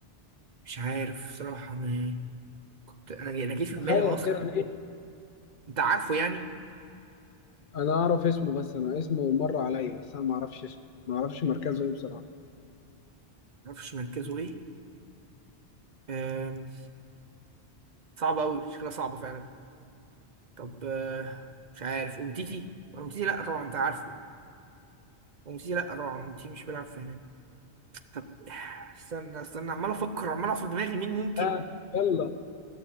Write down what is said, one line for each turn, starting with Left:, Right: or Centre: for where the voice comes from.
Right: مش عارف صراحة ما كنت انا انا جه في دماغي
Left: تخيل
Right: اصلا
Left: كده مين
Right: انت عارفه يعني ما
Left: انا اعرف اسمه بس انا اسمه مر عليا بس انا ما اعرفش اسمه ما اعرفش مركزه ايه بصراحة
Right: اعرفش مركزه ايه أم... صعب قوي شكلها صعبة فعلا طب آه، مش عارف امتيتي امتيتي لا طبعا انت عارفه امتيتي لا طبعا امتيتي مش بيلعب في هناك طب استنى استنى عمال افكر عمال اقف في دماغي مين ممكن
Left: اه يلا